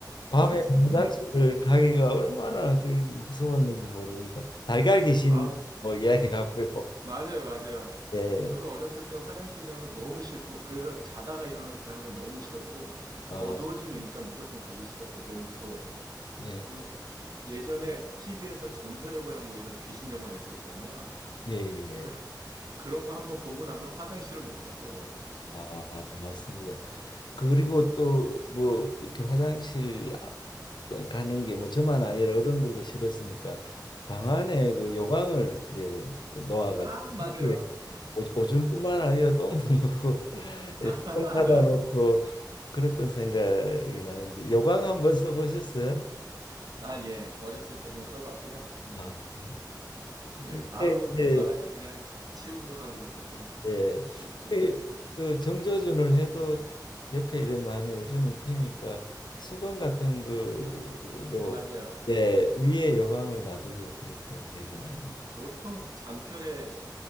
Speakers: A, on the left (about 80°); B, on the right (about 60°).
A: 밤에
B: 맞습니다.
A: 화장실을
B: 아이고,
A: 가기가 얼마나 그 무서웠는지 모릅니다. 달걀 귀신
B: 아우.
A: 뭐 이야기하고요. <laughs>
B: 맞아요, 맞아요.
A: 예.
B: 저도 어렸을 때 화장실 가는 거 너무 싫고, 그래서 자다가 일어나서 가는 건 너무 싫었고,
A: 어,
B: 어두워지면 일단 무조건 가기 싫었죠. 너무 무서워서.
A: 예.
B: 그 예전에 TV에서 전설의 고향 뭐 이런 귀신 영화 했었잖아요.
A: 예, 예.
B: 그, 그런 거 한번 보고 나면 화장실을 못 갔죠, 뭐.
A: 아, 맞습니다. 그리고 또 뭐 이렇게 화장실 아- 가는 게 뭐 저만 아니라 어른들도 싫었으니까 방 안에 그 요강을 이렇게 놓아가지고
B: 아, 맞아요.
A: 거기에
B: 어.
A: 오- 오줌뿐만 아니라 똥도 <laughs> 넣고 이렇게
B: <laughs>
A: 똥 사다 놓고 그랬던 생각이 나는데 요강 한번 써보셨어요?
B: 아, 예. 어렸을 때 좀 써봤고요. 네.
A: 아,
B: 그래도,
A: 그게
B: 아우,
A: 이제
B: 그거 아주 그냥 치우고 그러는 것도 좀
A: 예.
B: 싫고.
A: 그,
B: 아이,
A: 그 정조준을 해도 옆에 이래 많이 오줌이 튀니까 수건 같은 거로
B: 맞아요.
A: 예, 위에 여광을 놔두고 그랬던 기억이 납니다.
B: 보통 잠결에